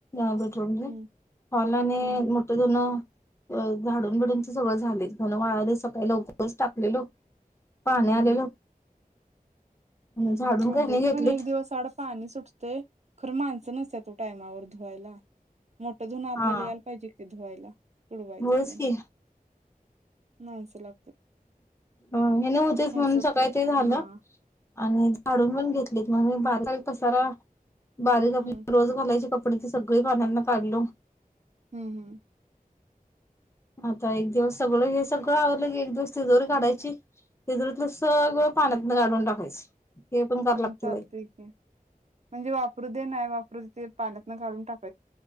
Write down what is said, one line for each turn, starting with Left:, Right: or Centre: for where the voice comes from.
Left: अ बेडरूम ते
Right: हम्म
Left: हॉल आणि
Right: हम्म
Left: मोठे दोन झाडून-बिडूनच सगळं झाले. धून वाळायला सकाळी लवकरच टाकलेलो. पाणी
Right: हम्म
Left: आलेलो
Right: हम्म. हम्म
Left: झाडून घाणी
Right: आमच्यात
Left: घेतलीत
Right: पण एक दिवसड पाणी सुटते, खरं माणसं नसतेत ओ टायमावर धुवायला. मोठं धुनण आपल्याला
Left: हा
Right: यायला पाहिजे ते धुवायला. तुडवायचं
Left: होयच
Right: ते,
Left: की
Right: माणसाला
Left: ह हे न होतेच म्हणून
Right: सगळं
Left: सकाळी ते झालं
Right: हा
Left: आणि काढून पण घेतलीत मग म बारीक पसारा बारीक
Right: हम्म
Left: आप रोज घालायचे कपडे सगळे पाण्यातन काढलो
Right: हम्म हम्म
Left: आता एक दिवस सगळं हे सगळं आवर एक दिवस तिजोरी काढायची तिजूरीतल सगळं पाण्यात काढून टाकायचं हे पण कराय
Right: हम्म
Left: लागतय
Right: चालतंय
Left: बाई
Right: की म्हणजे वापरू दे नाय वापर ते पाण्यात काढून टाक